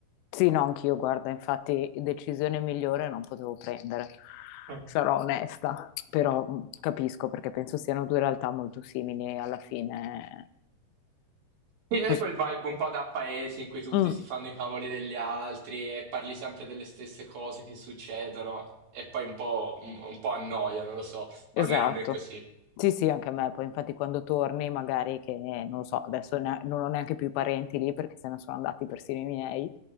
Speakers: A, on the left (about 85°); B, on the right (about 65°).
A: Sì, no, anch'io, guarda, infatti decisione migliore non potevo prendere,
B: Eh,
A: sarò onesta, però mh, capisco perché penso siano due realtà molto simili e alla fine...
B: Mi dai
A: cos-
B: quel vibe un po' da paese in cui tutti
A: Mm.
B: si fanno i cavoli degli altri e parli sempre delle stesse cose che succedono e poi un po', un, un po' annoia, non lo so,
A: Esatto.
B: almeno a me è così.
A: Sì, sì, anche a me. Poi, infatti, quando torni, magari che non lo so, adesso ne- non ho neanche più i parenti lì perché se ne sono andati persino i miei.